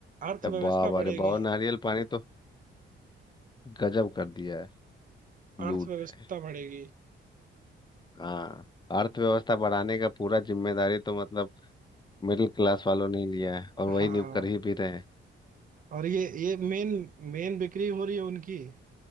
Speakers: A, on the right; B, on the left.
A: अर्थव्यवस्था
B: तब बाप
A: बढ़ेगी
B: अरे बाप नारियल पानी तो गजब कर दिया है लूट
A: अर्थव्यवस्था बढ़ेगी
B: हाँ अर्थव्यवस्था बढ़ाने का पूरा जिम्मेदारी तो मतलब मिडिल क्लास वालों ने ही लिया है और वही
A: हाँ
B: न्यू कर ही भी रहे हैं
A: और ये ये मेन मेन बिक्री हो रही है उनकी